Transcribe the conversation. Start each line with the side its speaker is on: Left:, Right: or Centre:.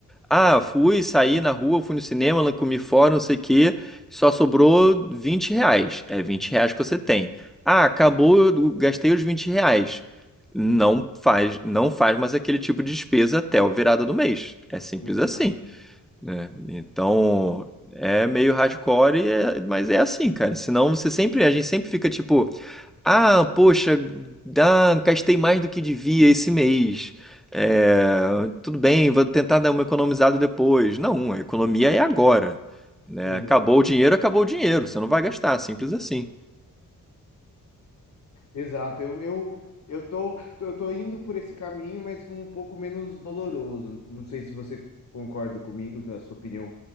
Centre: Ah, fui, saí na rua, fui no cinema, lá comi fora, não sei o quê. Só sobrou 20 reais. É 20 reais que você tem. Ah, acabou, eu gastei os 20 reais. Não faz, não faz mais aquele tipo de despesa até a virada do mês. É simples
Left: exato,
Centre: assim, né? Então, é meio hardcore, e é- mas é assim, cara. Senão você sempre, a gente sempre fica tipo, ah, poxa, ah, gastei mais do que devia esse mês. É, tudo bem, vou tentar dar uma economizada depois. Não, a economia é agora, né?
Left: exato.
Centre: Acabou o dinheiro, acabou o dinheiro. Você não vai gastar, simples assim.
Left: Exato. Eu, eu, eu tô, eu tô indo por esse caminho, mas um pouco menos doloroso. Não sei se você concorda comigo, da sua opinião